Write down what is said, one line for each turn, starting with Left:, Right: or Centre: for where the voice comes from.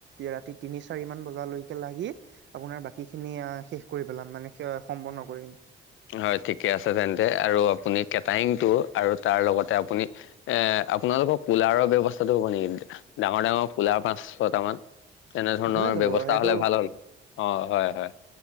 Right: ৰাতি তিনি চাৰি মান বজালৈকে লাগি আপোনাৰ বাকী খিনি আ শেষ কৰি পেলাম, মানে সেয়া সম্পূৰ্ণ কৰিম।
Left: হয়, ঠিকে আছে তেন্তে, আৰু আপুনি কেটাৰিংটো আৰু তাৰ লগতে আপুনি এ আপোনালোকৰ কোলাৰৰ ব্যৱস্থাটো হ'ব নেকি? ডাঙৰ ডাঙৰ কোলাৰ পাঁচ, ছটামান তেনেধৰণৰ
Right: হৈ যাব
Left: ব্যৱস্থা
Right: সেইটো
Left: হ'লে ভাল হ'ল অঁ, হয় হয়।